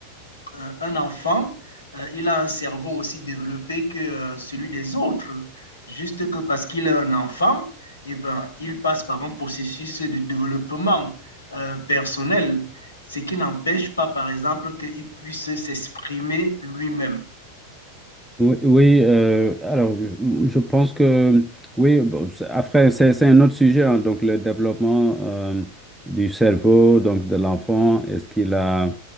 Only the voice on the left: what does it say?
euh, un enfant, euh, il a un cerveau aussi développé que euh, celui des autres. Juste que parce qu'il est un enfant, eh ben, il passe par un processus de développement euh, personnel, ce qui n'empêche pas, par exemple, qu'il puisse s'exprimer lui-même.